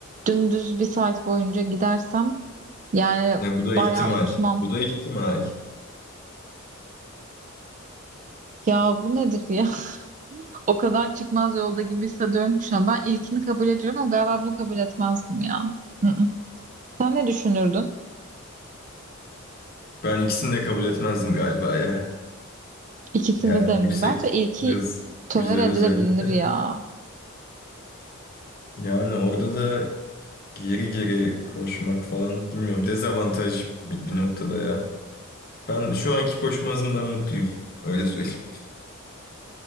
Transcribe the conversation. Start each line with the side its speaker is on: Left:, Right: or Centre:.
Right: dümdüz bir saat boyunca gidersem yani
Left: Ne bu da
Right: bayağı
Left: ihtimal.
Right: unutmam.
Left: Bu da ihtimal.
Right: Ya bu nedir ya? o kadar çıkmaz yolda gibi hissediyorum ki şu an. Ben ilkini kabul ediyorum ama galiba bunu kabul etmezdim ya. Hı-hı. Sen ne düşünürdün?
Left: Ben ikisini de kabul etmezdim galiba ya.
Right: İkisini
Left: Yani
Right: de mi?
Left: yüksek
Right: Bence ilki
Left: hız
Right: tolere
Left: güzel
Right: edilebilir
Left: özellik de.
Right: ya.
Left: Yani orada da geri geri koşmak falan bilmiyorum. Dezavantaj bir bir noktada ya. Ben şu anki koşma hızımdan mutluyum. Öyle söyleyeyim.